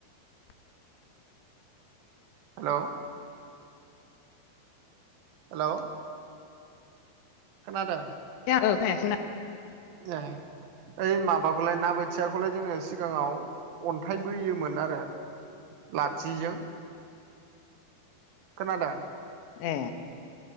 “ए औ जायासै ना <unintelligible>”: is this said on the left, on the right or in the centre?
Left